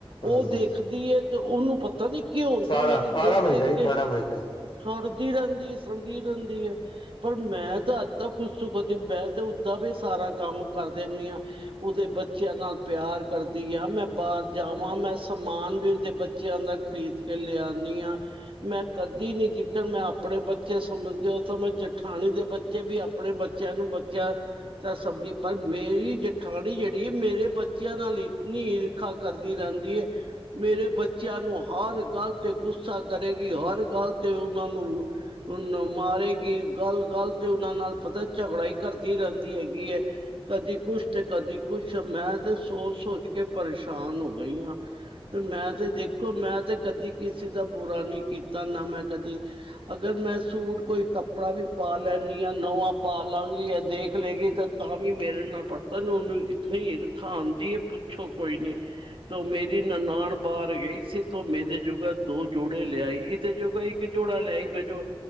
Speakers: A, on the left; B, on the right.
A: ਹਾਂ
B: ਉਹ
A: ਹਾਂ
B: ਦੇਖਦੀ ਹੈ। ਤੇ ਉਹਨੂੰ ਪਤਾ ਨੀ ਕੀ ਹੁੰਦਾ
A: ਸਾੜਾ
B: ਮੈਨੂੰ
A: ਸਾੜਾ
B: ਦੇਖ,
A: ਮੱਝਦਾ
B: ਦੇਖ
A: ਜੀ
B: ਕੇ
A: ਸਾੜਾ ਮੱਝਦਾ
B: ਸੜਦੀ ਰਹਿੰਦੀ ਹੈ, ਸੜਦੀ ਰਹਿੰਦੀ ਏ। ਪਰ ਮੈਂ ਤਾਂ ਅੱਜ ਤੱਕ ਕੁਛ ਕਦੀ ਮੈਂ ਤੇ ਓਦਾਂ ਵੀ ਸਾਰਾ ਕੰਮ ਕਰ ਦਿੰਦੀ ਹਾਂ। ਉਹਦੇ ਬੱਚਿਆਂ ਨਾਲ ਪਿਆਰ ਕਰਦੀ ਆ ਮੈਂ ਬਾਹਰ ਜਾਵਾਂ ਮੈਂ ਸਮਾਨ ਵੀ ਉਹਦੇ ਬੱਚਿਆਂ ਦਾ ਖਰੀਦ ਕੇ ਲਿਆਉਦੀ ਹਾਂ। ਮੈਂ ਕਦੀ ਨੀ ਜਿਦਾ ਮੈਂ ਆਪਣੇ ਬੱਚੇ ਸਮਝਦੇ ਉਥੋ ਮੈਂ ਜਠਾਣੀ ਦੇ ਬ ਵੀ ਆਪਣੇ ਬੱਚਿਆਂ ਨੂੰ ਬੱਚਿਆਂ ਤਾਂ ਸਦੀ ਪਰ ਮੇਰੀ ਜਠਾਣੀ ਜਿਹੜੀ ਹੈ ਮੇਰੇ ਬੱਚਿਆਂ ਨਾਲ ਇਤਨੀ ਇਰਖਾ ਕਰਦੀ ਰਹਿੰਦੀ ਏ ਮੇਰੇ ਬੱਚਿਆਂ ਨੂੰ ਹਰ ਗੱਲ ਤੇ ਗੁੱਸਾ ਕਰੇਗੀ। ਹਰ ਗੱਲ ਤੇ ਉਹਨਾਂ ਨੂੰ ਉਹਨੂੰ ਨੂੰ ਮਾਰੇਗੀ ਗੱਲ, ਗੱਲ ਤੇ ਉਹਨਾਂ ਨਾਲ ਪਤਾ ਝਗੜਾ ਕਰਦੀ ਰਹਿੰਦੀ ਹੈਗੀ ਏ ਕਦੀ ਕੁਛ ਤੇ ਕਦੀ ਕੁਛ ਮੈਂ ਤੇ ਸੋਚ-ਸੋਚ ਕੇ ਪਰੇਸ਼ਾਨ ਹੋ ਗਈ ਆਂ। ਤੇ ਮੈਂ ਤੇ ਦੇਖੋ ਮੈਂ ਤੇ ਕਦੀ ਕਿਸੇ ਦਾ ਬੁਰਾ ਨਈ ਕੀਤਾ ਨਾ ਮੈਂ ਕਦੀ ਅਗਰ ਮੈਂ ਸੂਟ ਕੋਈ ਕੱਪੜਾ ਵੀ ਪਾ ਲੈਂਨੀ ਆਂ ਨਵਾਂ ਪਾ ਲਾਂਗੀ ਏਹ ਦੇਖ ਲਏਗੀ ਤਾਂ ਤਾਂ ਵੀ ਮੇਰੇ ਨਾਲ ਪਤਾ ਨੂੰ ਓਨੂੰ ਇਤਨੀ ਈਰਖਾ ਆਂਦੀ ਏ ਪੁੱਛੋ ਕੋਈ ਨੀ ਤੋ ਮੇਰੀ ਨਨਾਨ ਬਾਹਰ ਗਈ ਸੀ ਤੋ ਮੇਰੇ ਜੋਗਾ ਦੋ ਜੋੜੇ ਲਿਆਈ ਇਦੇ ਜੋਗਾ ਇੱਕ ਜੋੜਾ ਲਿਆਈ ਵਜੋੋ